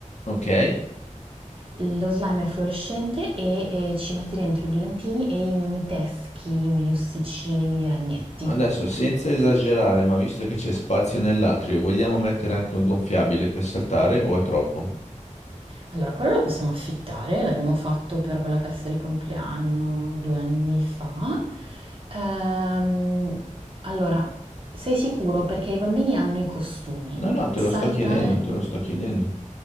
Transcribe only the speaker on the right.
Lo slime è fluorescente e, eh, ci metti dentro i brillantini e i mini teschi, i mini ossicini, i mini ragnetti.
Allora, quello lo possiamo affittare, l'abbiamo fatto per quella festa di compleanno 2 anni fa. Ehm, allora, sei sicuro perché i bambini hanno i costumi.
Saltare